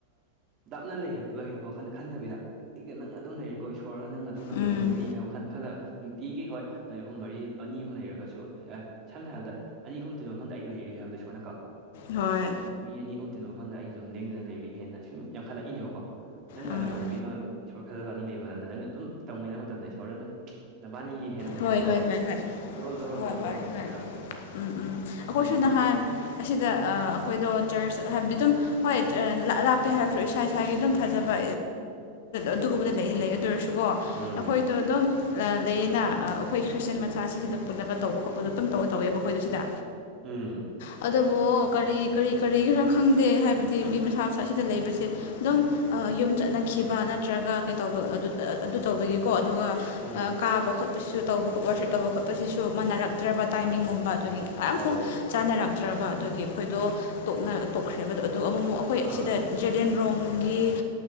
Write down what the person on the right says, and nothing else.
ꯂꯥꯥꯞꯅ ꯂꯩ ꯍꯥꯏꯕ ꯋꯥꯈꯟꯗ ꯈꯟꯗꯕꯤꯗ ꯑꯩꯒ ꯅꯪ ꯑꯗꯨꯝ ꯂꯩꯔꯤꯀꯣ ꯏꯁꯣꯔꯒ ꯅꯪꯒ ꯑꯗꯨꯝ ꯅꯛꯅ
ꯂꯩꯅꯔꯤ ꯍꯥꯏꯕ ꯈꯜ ꯈꯜꯂꯒ ꯅꯨꯡꯇꯤꯒꯤ ꯍꯣꯏ ꯅꯣꯏ ꯑꯍꯨꯝ ꯃꯔꯤ ꯑꯅꯤ ꯑꯍꯨꯝ ꯂꯩꯔꯒꯁꯨ ꯑꯦ ꯁꯝꯅ ꯍꯥꯏꯔꯕꯗ ꯑꯅꯤ ꯑꯍꯨꯝ ꯇꯤꯟꯕ ꯃꯐꯝꯗ ꯑꯩꯒꯤ ꯂꯩꯔꯤ ꯍꯥꯏꯕꯗꯣ ꯏꯁꯣꯔ ꯅꯀꯣ
ꯃꯤ ꯑꯅꯤ ꯑꯍꯨꯝ ꯇꯤꯟꯕ ꯃꯐꯝꯗ ꯑꯩꯁꯨ ꯁꯨꯝ ꯂꯦꯡꯗꯅ ꯂꯩꯔꯤ ꯍꯦꯟꯅ ꯁꯨꯝ ꯌꯥꯝꯈꯠꯂꯛꯏꯅꯦꯕꯀꯣ ꯅꯪꯒ
ꯅꯃꯅꯕꯤ ꯑꯃ ꯐꯖꯕ ꯑꯅꯤ ꯂꯩꯕ ꯃꯇꯝꯗ ꯅꯪꯒ ꯑꯗꯨꯝ ꯇꯧꯃꯤꯟꯅꯕ ꯃꯇꯝꯗ ꯏꯁꯣꯔꯗ ꯑꯗꯨꯝ ꯅꯕꯥꯅꯤꯡ ꯒꯤ ꯍꯦꯟꯅ
ꯕꯣꯔꯗꯣ
ꯖꯣꯔꯣ ꯖꯣꯔꯣ
ꯖꯣꯔꯣ
ꯖꯣꯔꯣ
ꯄꯤꯊꯔꯛꯇꯣꯏꯅꯦꯕ
ꯑꯗꯨꯅꯦꯕ
ꯅꯪ
ꯎꯝ
ꯎꯝ
ꯎꯝ
ꯑꯧ
ꯑꯁ